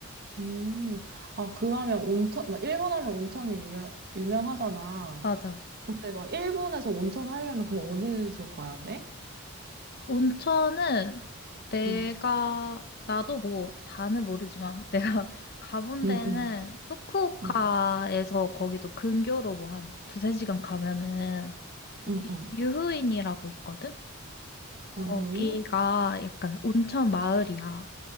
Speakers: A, on the right (about 45°); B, on the left (about 45°).
A: 오, 아, 그러면 온천, 막 일본 하면 온천이 유, 유명하잖아.
B: 맞아.
A: 근데 막 일본에서 온천 하려면 그럼 어느 지역 가야 돼?
B: 온천은 내가
A: 응,
B: 나도 뭐 다는 모르지만 <laughs> 내가 가본
A: 응,
B: 데는
A: 응,
B: 후쿠오카에서
A: 응,
B: 거기도 근교로 뭐 한 두세 시간 가면은
A: 응,
B: 유-
A: 응.
B: 유후인이라고 있거든? 거기가
A: 유후인?
B: 약간 온천 마을이야.